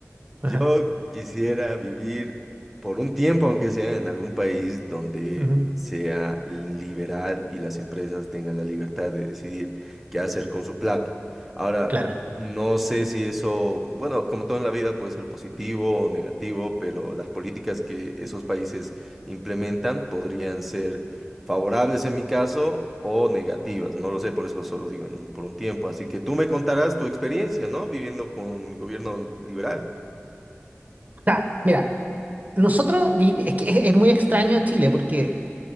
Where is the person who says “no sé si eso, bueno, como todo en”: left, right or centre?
Centre